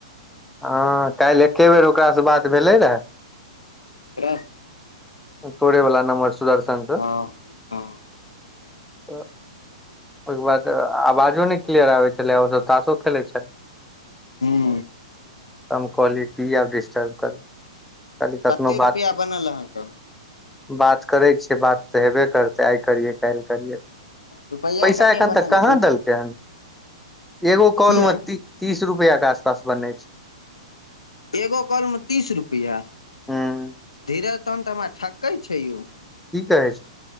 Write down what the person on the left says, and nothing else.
केकरा से
हँ हँ
हूँ
कते
रुपैआ बनल अहाँ क
रुपैआ
कते
बनल
से
की
अइ
एगो काॅल मे तीस रुपैया
धीरज तनहन तऽ हमरा ठकै छै यौ